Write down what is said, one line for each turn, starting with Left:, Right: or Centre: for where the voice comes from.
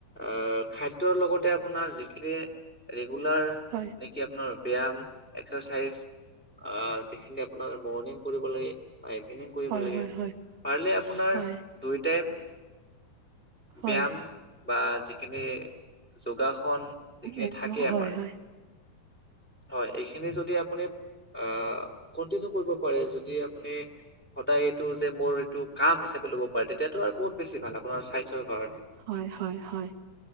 Centre: আহ খাদ্যৰ লগতে আপোনাৰ যিখিনি দোলাৰ
Right: হয়,
Centre: নেকি আপোনাৰ ব্যায়াম এক্সাৰচাইজ আ যিখিনি আপোনাৰ মৰ্ণিং কৰিব লাগে বা ইভিনিং কৰিব
Right: হয়,
Centre: লাগে
Right: হয়,
Centre: পাৰিলে আপোনাৰ
Right: হয়,
Centre: দুই টাইম
Right: হয়।
Centre: ব্যায়াম বা যিখিনি যোগাসন যিখিনি
Right: এইবিলাক
Centre: থাকে আমাৰ
Right: হয়, হয়,
Centre: হয় এইখি নি যদি আপুনি অ কন্টিনিউ কৰিব পাৰে যদি আপুনি সদায় এইটো যে মোৰ এইটো কাম হিচাপে ল'ব পাৰে তেতিয়াতো আৰু বহুত বেছি ভাল আপোনাৰ স্বাস্থ্যৰ কাৰণে
Right: হয়, হয়, হয়।